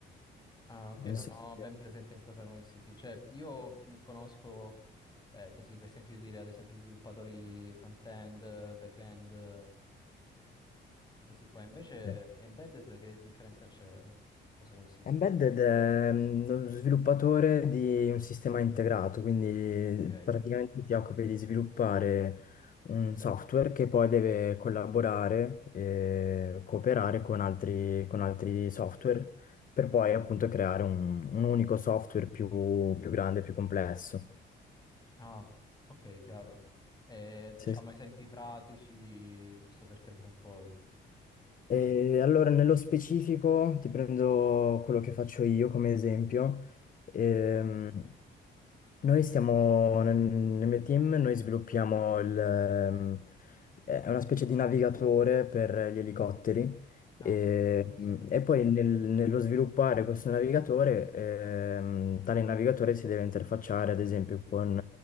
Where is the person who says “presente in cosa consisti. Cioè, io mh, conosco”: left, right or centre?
Left